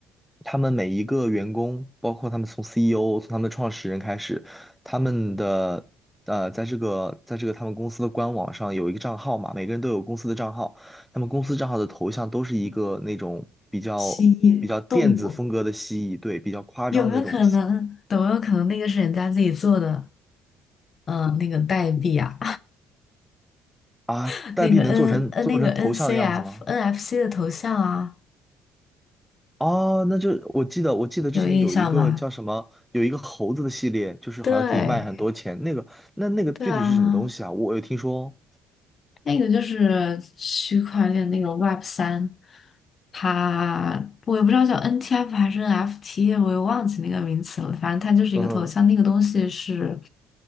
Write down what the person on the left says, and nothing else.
蜥蜴、动物，
有没有可能？有没有可能那个是人家自己做的？嗯，那个代币啊，
<laughs>
那个 N 呃那个 NCF、NFC 的头像啊，
有印象吗？
对，
对啊，
那个就是区块链那个 Web 三，它我也不知道叫 NTF 还是 NFT，我也忘记那个名词了。反正它就是一个头像，
那个东西是